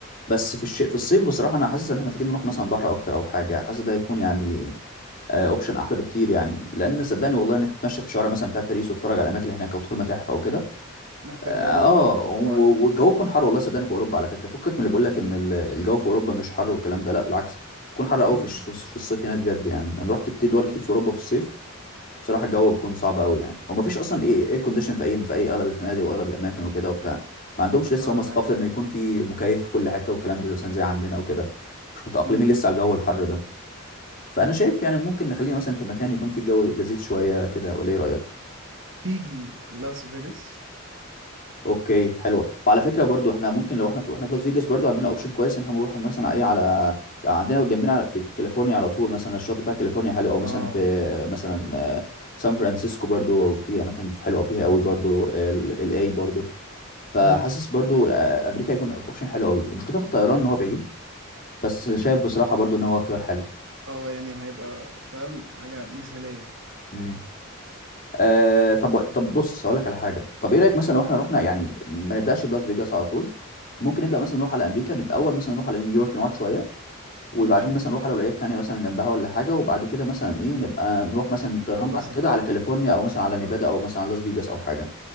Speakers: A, on the left; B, on the right.
A: بس في الش... في الصيف بصراحه انا حاسس ان احنا محتاجين نروح مثلا بحر اكتر او حاجه حاسس ده هيكون يعني اوبشن احلى بكتير يعني لان صدقني والله انك تتمشى في شوارع مثلا بتاع باريس وتتفرج على الاماكن اللي هناك او تدخل متاحف او كده
B: محتاج
A: اه
B: جو
A: آه،
B: يبقى سقوعة
A: و-
B: شوية
A: والجو بيكون حر والله صدقني في اوروبا على فكره فكك من اللي بيقول لك
B: مم.
A: ان ال- الجو في اوروبا مش حر والكلام ده لا بالعكس بيكون حر
B: لا
A: قوي في الش- في الصيف هناك بجد يعني انا رحت كتير دول كتير
B: مم.
A: في اوروبا في الصيف بصراحه الجو بيكون صعب قوي يعني هو ما فيش اصلا ايه اير كونديشن في اي في اي اغلب الفنادق واغلب الاماكن وكده وبتاع ما عندهمش لسه
B: اه
A: هم
B: انا
A: ثقافه
B: عارف الحوار
A: انه يكون
B: ده
A: في مكيف في كل حته والكلام ده مثلا زي عندنا وكده مش متاقلمين
B: مم.
A: لسه على الجو الحر ده فانا شايف يعني ممكن نخلينا مثلا في مكان يكون فيه جو لذيذ شويه كده ولا ايه رايك
B: تيجي لاس فيجاس
A: اوكي حلوه وعلى فكره برضو احنا ممكن لو احنا في احنا في لاس فيجاس برضو عندنا اوبشن كويس ان احنا نروح مثلا ايه على عندنا جنبنا على- في كاليفورنيا على طول مثلا الشاطئ بتاع كاليفورنيا حلو او مثلا
B: اه
A: في مثلا آه، سان فرانسيسكو برضو في اماكن حلوه فيها قوي برضو الاي برضو فحاسس
B: مم.
A: برضو آه، امريكا هيكون اوبشن حلو قوي مشكلتها في الطيران ان هو بعيد بس شايف بصراحه برضو ان هو خيار
B: اه يعني هيبقى فاهم حاجة مثالية
A: حلو آه طب طب
B: مم.
A: بص هقول لك على حاجه طب ايه رايك مثلا لو احنا رحنا يعني ما نبداش بلاس فيجاس على طول ممكن
B: مم.
A: نبدا مثلا نروح على امريكا نبقى اول مثلا نروح على نيويورك نقعد شويه وبعدين
B: ماشي
A: مثلا نروح على ولايات تانية مثلا جنبها ولا حاجه وبعد كده مثلا ايه نبقى نروح مثلا
B: نخلص
A: طيران بعد كده
B: على
A: على كاليفورنيا او مثلا على نيفادا
B: اه
A: او مثلا على لاس فيجاس او حاجه